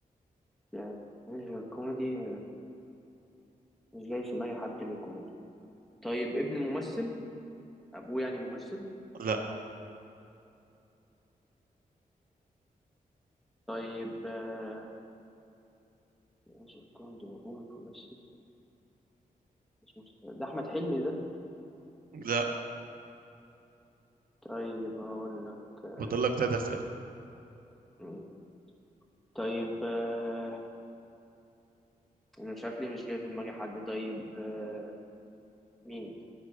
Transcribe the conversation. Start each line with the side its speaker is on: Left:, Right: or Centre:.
Centre: بيعملش الكوميدي مش جاي في دماغي حد ليه كوميدي طيب ابن ممثل ابوه يعني ممثل
Right: لا
Centre: طيب آه، يوسف كوهن ده ابوه مش ممثل مش ممثل ده احمد حلمي ده
Right: لا
Centre: طيب اقول لك آه،
Right: فاضل لك تلات اسئله
Centre: مين طيب آه، انا مش عارف ليه مش جاي في دماغي حد طيب آه، مين